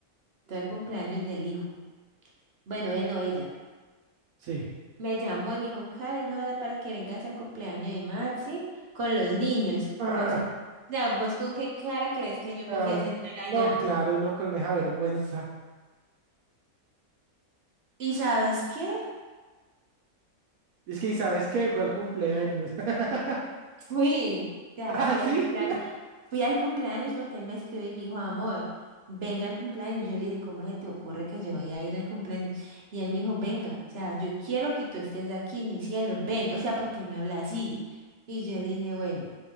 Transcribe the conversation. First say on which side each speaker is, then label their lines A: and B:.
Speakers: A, on the right (about 50°); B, on the right (about 75°).
A: al cumpleaños del hijo. Bueno, él no, ella.
B: sí.
A: Me llamó y me dijo, Karen, hola, para que vengas al cumpleaños de Maxi con los niños.
B: Ah,
A: ¿Vos, o sea, vos con qué cara crees que yo
B: claro.
A: me fui a sentar
B: No,
A: allá?
B: claro, uno con esa vergüenza.
A: ¿Y sabes qué?
B: Es que, ¿y sabes qué? Fue al cumpleaños. <laughs>
A: Fui, ya
B: Ah,
A: fui
B: sí.
A: al plan, fui al cumpleaños porque él me escribió y me dijo, amor, venga al cumpleaños. Y yo le dije, ¿cómo se te ocurre que yo voy a ir al cumpleaños? Y él me dijo, venga, o sea, yo quiero que tú estés aquí, mi cielo, ven, o sea, porque él me habla así. Y yo le dije, bueno,